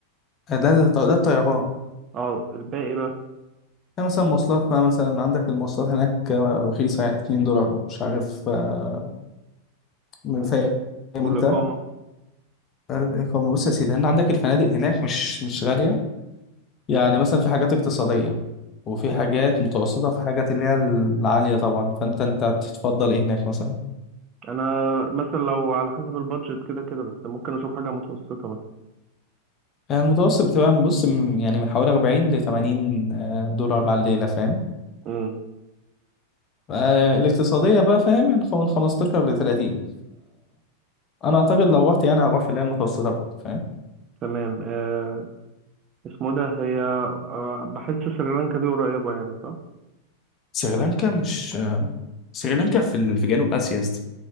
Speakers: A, on the left; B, on the right.
A: آه، ده الط- ده الطيران
B: أه الباقي بقى
A: يعني مثلا مواصلات بقى مثلا عندك المواصلات هناك آه، رخيصة يعني 2 دولار ومش عارف آه، من
B: مم.
A: فاهم انت
B: والإقامة
A: الإقامة بص يا سيدي هنا عندك الفنادق هناك مش مش غالية يعني مثلا في حاجات اقتصادية وفي حاجات
B: مم.
A: متوسطة وفي حاجات اللي هي العالية طبعا فانت انت تتفضل ايه هناك مثلا
B: أنا مثلا لو على حسب البادجت كده كده بس ممكن أشوف حاجة متوسطة مثلا
A: يعني المتوسط بتبقى من- بص من- يعني من حوالي 40 ل 80 آه، دولار على الليلة فاهم
B: مم.
A: آه، الاقتصادية بقى فاهم يعني خ- من 15 ل 30 انا اعتقد لو
B: مم.
A: رحت يعني هروح في اللي هي المتوسطه برضه فاهم
B: تمام أه اسمه ده هي أه بحس سريلانكا دي قريبة يعني صح؟
A: سريلانكا مش سريلانكا في ال- في جنوب آسيا يا اسطى